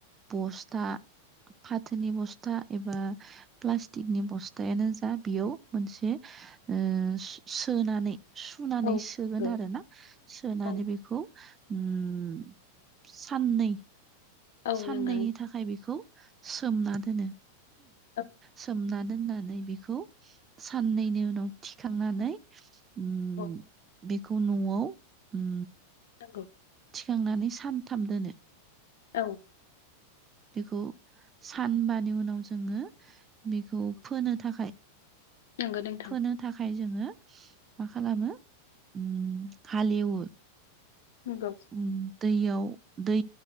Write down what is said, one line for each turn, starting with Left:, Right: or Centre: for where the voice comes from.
Right: बस्था फाथोनि बस्था एबा प्लास्टिकनि बस्थायानो जा बेयाव मोनसे ओ सो-सोनानै सुनानै
Left: औ नंगौ,
Right: सोगोन आरो ना सोनानै
Left: औ
Right: बेखौ उम साननै
Left: औ
Right: साननैनि
Left: नंगौ
Right: थाखाय बेखौ सोमना दोनो
Left: औ
Right: सोमना दोननानै बेखौ साननैनि उनाव थिखांनानै उम
Left: औ
Right: बेखौ नआव उम
Left: नंगौ
Right: थिखांनानै सानथाम दोनो
Left: औ
Right: बेखौ सानबानि उनाव जोङो बेखौ फोनो थाखाय
Left: नंगौ नोंथां
Right: फोनो थाखाय जोङो मा खालामो उम हालेवो
Left: नोंगौ
Right: उम दैयाव दै